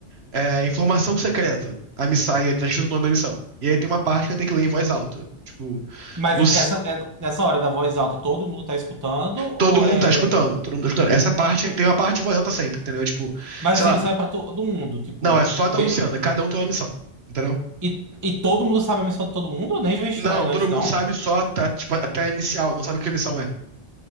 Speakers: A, on the right; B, on the right.
A: É, informação secreta. A Missaia tá escrito o nome da missão. E aí tem uma parte que ela tem que ler em voz alta. Tipo,
B: Mas
A: Luci-
B: essa, é- essa hora da voz alta, todo mundo tá escutando? Ou
A: todo mundo
B: é.
A: tá escutando, todo mundo tá escutando. Essa parte,
B: Hum,
A: tem uma parte em voz alta sempre, entendeu? Tipo,
B: Mas
A: sei
B: essa
A: lá,
B: missão é pra todo mundo, tipo.
A: não, é só
B: me-
A: da Luciana, cada um tem uma missão, entendeu?
B: E, e todo mundo sabe a missão de todo mundo? Nem vem estranho,
A: Não,
B: não,
A: todo
B: isso
A: mundo
B: não?
A: sabe só tá, tipo, até a inicial, não sabe o que a missão é.